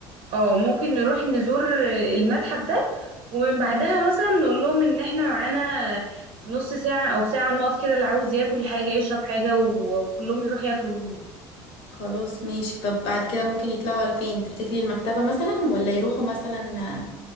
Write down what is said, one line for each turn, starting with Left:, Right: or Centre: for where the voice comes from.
Right: اه ممكن نروح نزور المتحف ده ومن بعدها مثلا نقول لهم ان احنا معانا نص ساعه او ساعه نقف كده اللي عاوز ياكل حاجه يشرب حاجه وكلهم يروح ياكلوا من هناك
Left: خلاص ماشي طب بعد كده ممكن يطلعوا على فين تفتكري المكتبة مثلا ولا يروحوا مثلا آه،